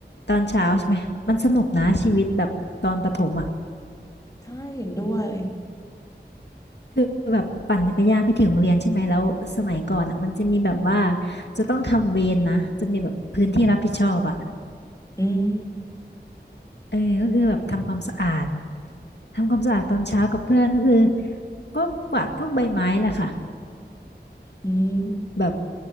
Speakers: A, on the left; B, on the left.
A: ตอนเช้าใช่ไหมมันสนุกนะชีวิตแบบตอนประถมอ่ะ
B: ใช่เห็นด้วย
A: คือแบบปั่นจักรยานไปถึงโรงเรียนใช่ไหมแล้วสมัยก่อนอ่ะมันจะมีแบบว่าจะต้องทำเวรนะจะมีแบบพื้นที่รับผิดชอบอ่ะ
B: อืม
A: เออก็คือแบบทำความสะอาดทำความสะอาดตอนเช้ากับเพื่อนก็คือก็กวาดพวกใบไม้แหละค่ะ
B: อืม
A: แบบ